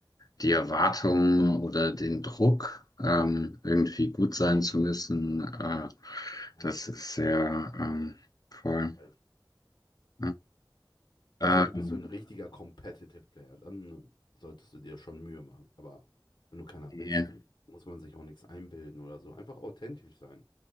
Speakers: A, on the left; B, on the left.
A: die Erwartung oder den Druck, ähm, irgendwie gut sein zu müssen. Äh,
B: Nein,
A: das ist sehr ähm, voll.
B: das ist falsch.
A: Ja. Ähm,
B: Außer du bist so ein richtiger Competitive Player, dann solltest du dir schon Mühe machen. Aber wenn du keiner
A: nee.
B: bist, dann muss man sich auch nichts einbilden oder so. Einfach authentisch sein.